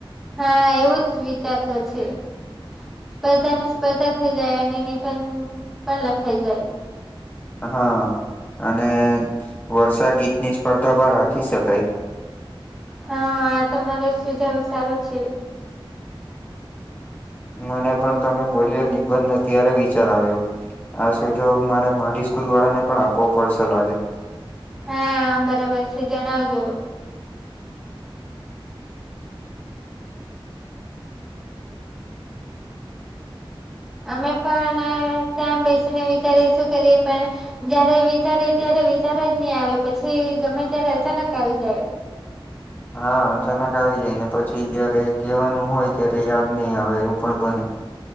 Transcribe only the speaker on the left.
હા અને વર્ષા ગીતની સ્પર્ધા પણ રાખી શકાય.
મને પણ તમે બોલ્યા નિબંધ અત્યાર વિચાર આવ્યો. આ સુજાવ મારે મારી સ્કૂલ વાળા ને પણ આપવો પડશે લાગે.
હા અચાનક આવી જાય, ને પછી જયારે કહેવાનું હોય, ત્યારે યાદ નહી આવે, એવું પણ બને.